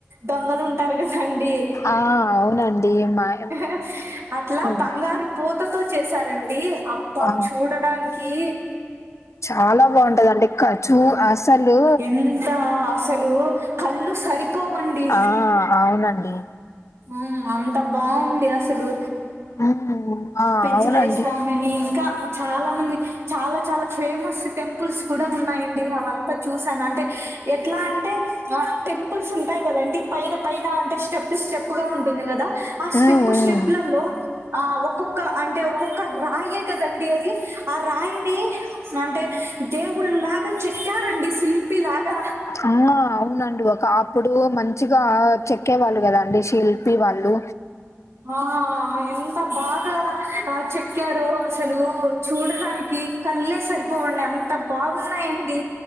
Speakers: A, on the right (about 65°); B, on the left (about 80°).
A: దొంగలుంటారు కదా అండి
B: ఆ అవునండి <unintelligible>
A: <unintelligible> అట్లా
B: ఉమ్
A: బంగారు పూతతో చేసారండి అబ్బా
B: ఆ
A: చూడ <unintelligible>
B: చాలా బాగుంటదండి కచూ అసలు
A: ఎంత అసలు కళ్ళు సరిపోవండి
B: ఆ అవునండి
A: ఊమ్ అవును బావుంది అసలు
B: ఉమ్ ఆ
A: పెంచలయి
B: అవునండి
A: స్వామి ఇంకా చాలా మందిక్ చాలా చాలా ఫేమస్ టెంపుల్స్ కూడా ఉన్నాయండి అవంతా చూసానంటే ఎట్లా అంటే ఆ టెంపుల్స్ ఉంటాయి కదండి పైన పైన అంటే స్టెప్ స్టెప్ గా ఉంటుంది గదా ఆ స్టెప్పు
B: ఉమ్ ఉమ్
A: స్టెప్లలో ఆ ఒక్కొక్క అంటే ఒక్కొక్క రాయ్యే కదండి అది ఆ రాయిని అంటే దేవుళ్ళు లాగా చెక్కారండి శిల్పి లాగా
B: అమ్మ అవునండి ఒక ఆ ప్పుడు మంచిగా చెక్కేవాళ్ళు గదా అండి శిల్పి వాళ్ళు
A: ఆ ఎంత బాగా ఆ చెక్కారో అసలు చూడటానికి కళ్ళే సరిపోవండి అంత బాగున్నాయండి